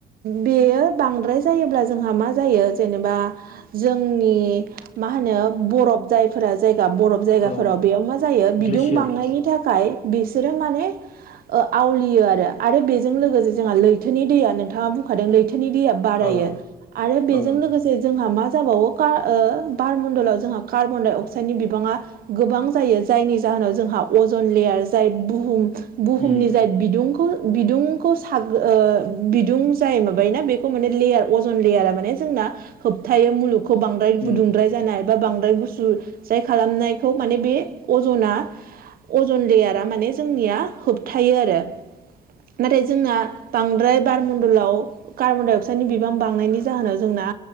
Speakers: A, on the right; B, on the left.
A: बेयो बांद्राय जायोब्ला जोंहा मा जायो जेनेबा जोंनि मा होनो बरफ जायफोरा जायगा बरफ जायगाफोराव
B: अ
A: बेयाव मा जायो बिदुं
B: ग्लेसियार
A: बांनायनि थाखाय बिसोरो माने आवलियो आरो आरो बेजों लोगोसे जोंहा लैथोनि दैया नोंथाङा बु खादों लैथोनि दैया बारायो
B: अ
A: आरो बेजों
B: अ
A: लोगोसे जोंहा मा जाबावो बारण्डलाव जोंहा कार्बन डाइ अक्साइडनि बिबाङा गोबां जायो जायनि जाहोनाव जोंहा अजन लेयार जाय बुहुम बुहुमनि
B: उम
A: जाय बिदुंखौ बिदुंखौ साग बिदुं जाय माबायोना बेखौ माने लेयार अजन लेयारा जोंना होबथायो मुलुगखौ बांद्राय
B: उम
A: गुदुंद्राय जानाय बा बांद्राय गुसु जाय खालामनायखौ माने बे अजना अजन लेयारा माने जोंनिया होबथायो आरो नाथाय जोंना बांद्राय बार न्दलाव कार्बन डाइ अक्साइडनि बिबां बांनायनि जाहोनाव जोंना